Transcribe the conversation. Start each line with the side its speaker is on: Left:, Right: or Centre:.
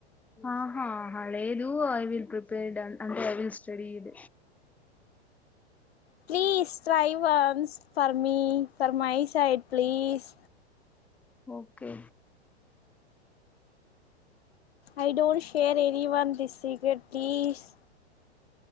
Centre: ఆహా హా లేదు ఐ విల్ ప్రిపేర్డ్ అన్ అంటే I will studied
Left: please try once for me for my side please
Centre: okay
Left: I don't share any one this secret please